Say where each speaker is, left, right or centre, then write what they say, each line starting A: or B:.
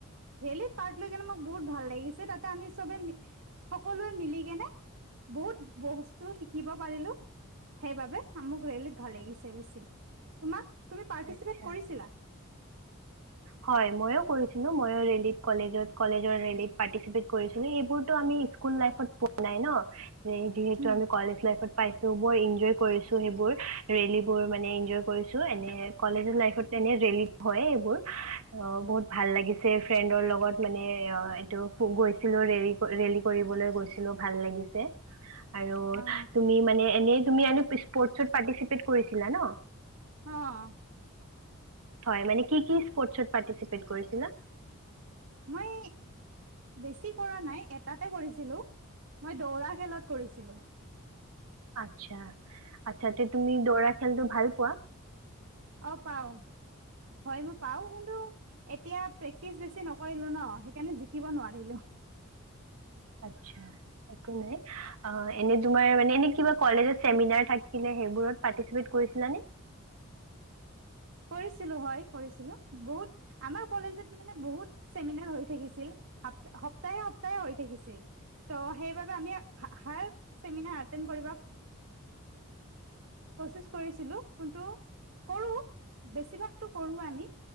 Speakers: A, on the right (about 65°); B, on the right (about 90°).
A: ৰেলেত পাৰ্ট লৈ কিনে আমাক বহুত ভাল লাগিছে তাতে আমি চবে মিলি সকলোৱে মিলি কেনে বহুত বস্তু সি। শিকিব পাৰিলো সেইবাবে মোক ৰেলীত ভাল লাগিছে বেছি। তোমাক তুমি পাৰ্টিচিপেট
B: আচ্ছা।
A: কৰিছিলা?
B: হয় ময়ো কৰিছিলো ময়ো ৰেলীত কলেজত কলেজৰ ৰেলীত পাৰ্টিচিপেট কৰিছিলো এইবোৰতো আমি স্কুল লাইফত পোৱা নাই ন। যে যিহেতু
A: উম
B: আমি কলেজ লাইফত পাইছো বৰ এনজয় কৰিছোঁ সেইবোৰ। ৰেলী বোৰ মানে এনজয় কৰিছোঁ এনে কলেজ লাইফত এনে ৰেলী হয় এইবোৰ। অ' বহুত ভাল লাগিছে ফ্ৰেন্দৰ লগত মানে অ'এইটো গৈছিলো ৰেলীত। ৰেলী কৰিবলৈ গৈছিলোঁ ভাল লাগিছে। আৰু
A: অ
B: তুমি মানে এনে তুমি স্পৰ্টচত পাৰ্টিচিপেট কৰিছিলা ন'
A: অ'।
B: হয় মানে কি কি স্পৰ্তচ পাৰ্টিচিপেট কৰিছিলা?
A: মই এই। বেছি কৰা নাই এটাতে কৰিছিলো মই দৌৰা খেলত কৰিছিলোঁ।
B: আচ্ছা আচ্ছা তে তুমি দৌৰা খেলটো ভাল পোৱা।
A: অ' পাও হয় মই পাওঁ কিন্তু। এতিয়া প্ৰেক্টিচ বেছি নকৰিলোঁ ন সেইকাৰণে জিকিব নোৱাৰিলোঁ।
B: আচ্ছা একো নাই। অ' এনে তোমাৰ মানে এনে কিবা কলেজত চেমিনাৰ থাকিলে সেইবোৰত পাৰ্টিচিপেট কৰিছিলা নে?
A: কৰিছিলোঁ হয় কৰিছিলোঁ বহুত। আমাৰ কলেজত মানে বহুত চেমিনাৰ হৈ থাকিছিল ছা সপ্তাহে সপ্তাহে হৈ থাকিছিল। ত' সেইবাবে আমি হাৰ চেমিনাৰ এতেন্দ কৰিব আ। কচিচ কৰিছিলো কোন্তু কৰো বেছিভাগতো কৰোৱে আমি।